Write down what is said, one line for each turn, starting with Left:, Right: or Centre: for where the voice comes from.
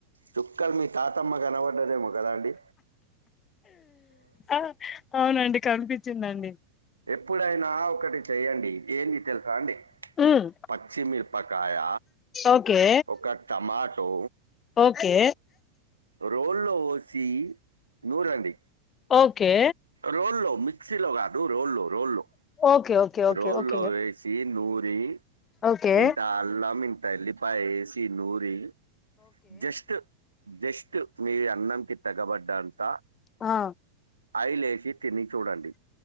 Right: చుక్కలు మీ తాతమ్మ గనబడ్డదేమో కదండి
Left: ఆ అవునండి కనిపించిందండి
Right: ఎప్పుడైనా ఒకటి చేయండి ఏంది తెలుసాండి
Left: మ్
Right: పచ్చిమిరపకాయ
Left: ఓకే
Right: ఒక టమాటో
Left: ఓకే
Right: రోల్లో వేసి నురండి
Left: ఓకే
Right: రోల్లో మిక్సీలో కాదు రోల్లో రోల్లో
Left: ఓకే ఓకే ఓకే
Right: రోల్లో
Left: ఓకే
Right: వేసి ఏసి నూరి
Left: ఓకే ఓకే
Right: ఇంత అల్లం ఇంత ఎల్లిపాయ ఏసి నూరి జస్ట్ జస్ట్ మీ అన్నంకి తగబడ్డంత
Left: ఆ
Right: ఆయిల్ ఏసి తిని చూడండి